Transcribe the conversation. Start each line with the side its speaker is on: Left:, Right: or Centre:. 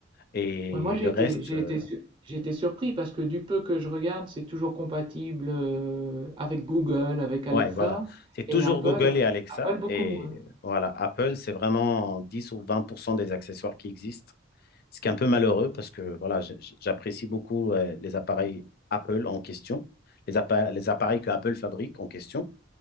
Left: Et
Right: Ouais, moi j'ai
Left: le
Right: été,
Left: reste,
Right: j'ai
Left: euh,
Right: été, sur- j'ai été surpris parce que du peu que je regarde, c'est toujours compatible euh, avec Google, avec Alexa
Left: ouais, voilà. C'est toujours
Right: et Apple,
Left: Google et Alexa.
Right: Apple beaucoup
Left: Et
Right: moins.
Left: voilà, Apple, c'est vraiment 10 ou 20% des accessoires qui existent. ce qui est un peu malheureux parce que voilà, j'apprécie beaucoup ouais, les appareils Apple en question, les, appa les appareils que Apple fabrique en question.